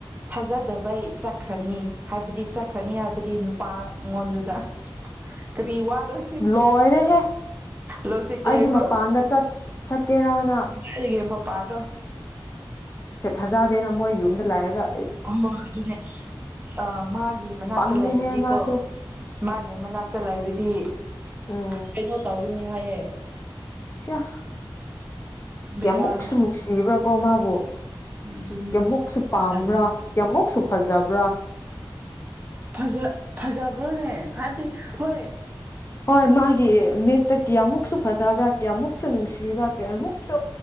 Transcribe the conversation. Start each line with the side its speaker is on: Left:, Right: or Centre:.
Right: ꯊꯥꯖꯗꯕꯩ ꯆꯠꯈ꯭ꯔꯅꯤ ꯍꯥꯏꯕꯗꯤ ꯆꯠꯈ꯭ꯔꯅꯤ ꯍꯥꯏꯕꯗꯤ ꯅꯨꯄꯥ ꯑꯩꯉꯣꯟꯗꯨꯗ ꯀꯔꯤ ꯋꯥꯔꯣꯁꯤ
Left: ꯂꯣꯏꯔꯦꯍꯦ
Right: ꯂꯣꯖꯤꯛ
Left: ꯑꯩꯗꯤ
Right: ꯂꯩꯕ꯭ꯔꯣ
Left: ꯃꯄꯥꯟꯗ ꯆꯠ ꯆꯠꯀꯦꯔꯥꯅ
Right: ꯍꯥꯏꯔꯤꯒꯦ ꯄꯥꯗꯣ
Left: ꯁꯦ ꯊꯥꯖꯗꯦꯅ ꯃꯣꯏ ꯌꯨꯝꯗ ꯂꯥꯏꯔꯒ
Right: ꯍꯣꯏ ꯍꯣꯏ ꯑꯗꯨꯅꯦ ꯑꯥ ꯃꯥꯒꯤ ꯃꯅꯥꯛꯇ
Left: ꯄꯪꯉꯦꯍꯦ
Right: ꯂꯩꯔꯗꯤꯀꯣ
Left: ꯃꯥꯁꯨ
Right: ꯃꯥꯒꯤ ꯃꯅꯥꯛꯇ ꯂꯩꯔꯗꯤ
Left: ꯎꯝ
Right: ꯀꯩꯅꯣ ꯇꯧꯒꯅꯤ ꯍꯥꯏꯌꯦ꯫
Left: ꯁꯤꯌꯥ
Right: ꯕꯦꯔꯥꯅꯤ
Left: ꯀꯌꯥꯃꯨꯛꯁꯨ ꯅꯨꯡꯁꯤꯕ꯭ꯔꯥ ꯀꯣ ꯃꯥꯕꯨ
Right: ꯑꯗꯨꯅꯤ
Left: ꯀ꯭ꯌꯥꯃꯨꯛꯁꯨ ꯄꯥꯝꯕ꯭ꯔꯥ
Right: ꯇꯜꯂꯦ
Left: ꯀ꯭ꯌꯥꯃꯨꯛꯁꯨ ꯐꯖꯕ꯭ꯔꯥ꯫
Right: ꯐꯖ ꯐꯖꯕ꯭ꯔꯣꯅꯦ ꯍꯥꯏꯕꯗꯤ ꯍꯣꯏ
Left: ꯍꯣꯏ ꯃꯥꯒꯤ ꯃꯤꯠꯇ ꯀꯌꯥꯃꯨꯛꯁꯨ ꯐꯖꯕ꯭ꯔꯥ ꯀꯌꯥꯃꯨꯛꯁꯨ ꯅꯨꯡꯁꯤꯕ꯭ꯔꯥ ꯀꯌꯥꯑꯃꯨꯛꯁꯨ